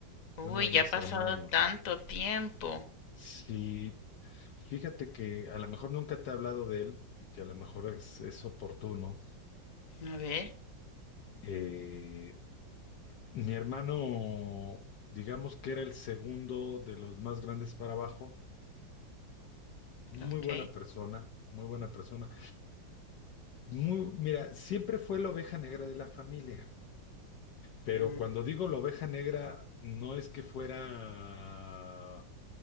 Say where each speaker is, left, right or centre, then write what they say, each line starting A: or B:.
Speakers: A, on the left (about 50°); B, on the left (about 70°).
A: Uy,
B: de uno de mis
A: ya ha pasado
B: hermanos.
A: tanto tiempo.
B: Sí, fíjate que a lo mejor nunca te he hablado de él y que a lo mejor es, es oportuno.
A: A ver,
B: Eh, Mi hermano, digamos que era el segundo de los más grandes para abajo. Muy
A: ok.
B: buena persona, muy buena persona. Muy, mira, siempre fue la oveja negra de la familia. Pero
A: Mm.
B: cuando digo la oveja negra, no es que fuera